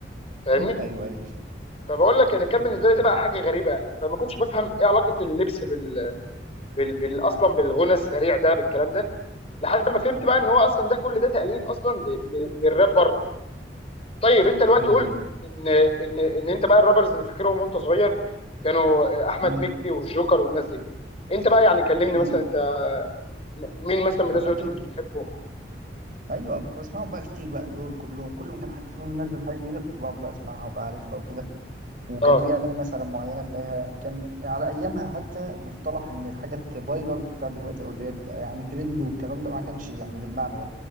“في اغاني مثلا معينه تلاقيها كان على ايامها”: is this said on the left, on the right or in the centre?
Right